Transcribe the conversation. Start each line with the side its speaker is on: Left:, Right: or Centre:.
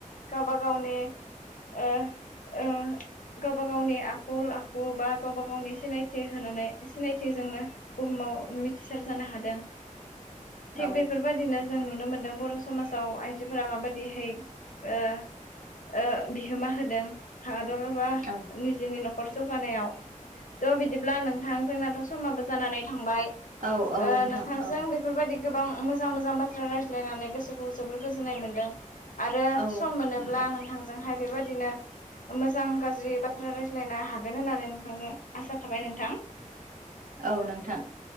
Left: गावबा गावनि ओ ओ गावबा गावनि आ खल आखु बा गावबा गावनि सिनायथि होनानै सिनायथिजोंनो बुहुमाव मिथिसार जानो हादों। थिग
Right: औ
Left: बेफोरबादिनो जों नुनो मोनदों बर' समाज फ्राव आइजोफोरा माबायदिहै ओ ओ बिहोमा होदों। <unintelligible> बा
Right: औ
Left: निजे नि खर जौगानायाव थ' बिदिब्ला नोंथां जोंनाथ' समाबो जानानै। थांबाय
Right: औ औ
Left: ओ
Right: नोंथां
Left: नोंथांजों
Right: औ
Left: बेफोरबायदि। गोबां मोजां मोजां बाथ्रा रायज्लायनानै गोसोखौ जोबोर गोजोननाय मोनदों। आरो
Right: औ
Left: सम मोनोब्ला
Right: नोंथां
Left: नोंथांजोंहाय। बेबायदिनो मोजां गाज्रि बाथ्रा रायज्लायना। हागोन होननानै नोंथांजों आसा थाबाय नोंथां।
Right: औ नोंथां